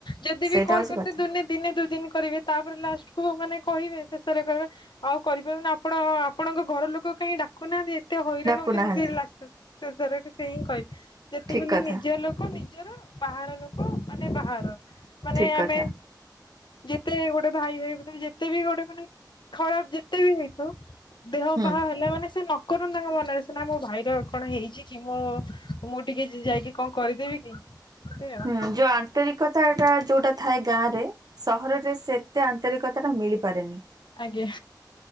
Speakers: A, on the left; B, on the right.
A: ଯଦି
B: ସେଇଟା
A: ବି କଲ
B: ହେଉଛି
A: କରନ୍ତି
B: କଥା।
A: ଦୁନିଆ ଦିନେ ଦୁଇ ଦିନ କରିବେ ତାପରେ ଲାଷ୍ଟକୁ ମାନେ କହିବେ ଶେଷରେ କହିବେ ଆଉ କରିପାରାରୁନ ଆପଣ ଆପଣଙ୍କ ଘର ଲୋକ କାହିଁ ଡାକୁନାହାନ୍ତି। କେତେ ହଇରାଣ
B: ଡାକୁନାହାନ୍ତି
A: ହଉ ସେ ଲାଷ୍ଟ ଶେଷରେରେ ସେ ହିଁ କହିବେ ଯେତେବେଳେ
B: ଠିକ କଥା
A: ନିଜ ଲୋକ ନିଜର ବାହାର ଲୋକ ମାନେ ବାହାର ମାନେ
B: ଠିକ କଥା
A: ଆମେ ଯେତେ ଗୋଟେ ଭାଇ ଭାଇ ବ ଯେତେ ବି ଗୋଟେ ମାନେ ଖରାପ ଯେତେ ବି ହେଇଥାଉ। ଦେହ
B: ହୁଁ
A: ବାହା ହେଲେ ମାନେ ସେ ନ କରୁନ ତାଙ୍କ ମନରେ ସେନା ମୋ ଭାଇର କଣ ହେଇଛି କି ମୁଁ ମୁଁ ଟିକେ ଯାଇକି କଣ କରିଦେବି କି। ଏ ଆଉ
B: ହୁଁ
A: <inaudible>
B: ଯୋଉ ଆନ୍ତରିକତା ଟା ଯୋଉଟା ଥାଏ ଗାଁ ରେ ସହରରେ ସେ ଏତେ ଆନ୍ତରିକତା ଟା ମିଳିପାରେନି।
A: ଆଜ୍ଞା।